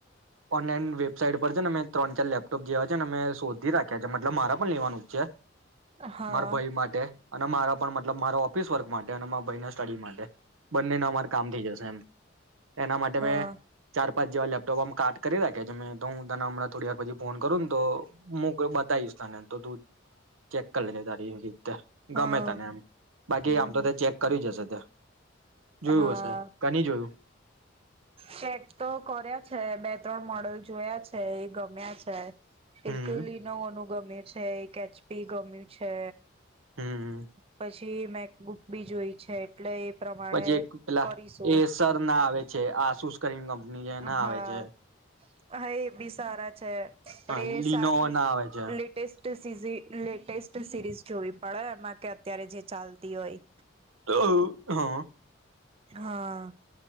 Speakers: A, on the right; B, on the right.
A: ઓનલાઈન વેબસાાઈટ પર છે ને મેં ત્રણ ચાર લેપટોપ જેવા છે. અમે શોધી રાખ્યા. એટલે મારે પણ લેવાનું જ છે.
B: હા
A: મારા ભાઈ માટે. અને મારા પણ મતલબ મારા ઓફિસ વર્ક માટે. મારા ભાઈ સ્ટડી માટે બંનેને અમારે કામ થઈ જશે એમ. એના માટે
B: હા
A: મેં ચાર. પાંચ જેવા લેપટોપમાં કટ કરી રાખે છે મેં તો હું ત હણાં થોડી વાર પછી ફોન કર. તો હું કોઈ બતાવીશ. તને તો તું. ચેક કરી લેજે તારી રી
B: હા
A: ગમે તને એમ બાકી
B: હમ
A: આમ તો. ચેક કરી હશે તે જોયું
B: હા
A: હશે કેની જોયું.
B: ચેક તો કર્યા છે બે. ત્રણ મોડલ જોયા છે એ. ગમ્યા છે.
A: હમ
B: એક લીનોવોનુગમે એ છે. છે એક એચપી ગમ્યું છે.
A: હમ
B: પછી. મેકબુક બી જોઈ છે એટલે. પ્રમાણે
A: પછી એક પેલા
B: કરીશું
A: એસર ના આવે છે આસુસ કરીંગમ. ની જે
B: હા
A: ના આવે છે.
B: હા એ બી સારા. છે પણ
A: હા
B: એ
A: લીનોવો
B: સારી
A: ના આવે છે
B: લેટેસ્ટ. તે સીઝી. લેટેસ્ટ સિરીઝ જોવી પડે એમાં કે. અત્યારે જે ચાલતી હોય.
A: તો. હા.
B: હા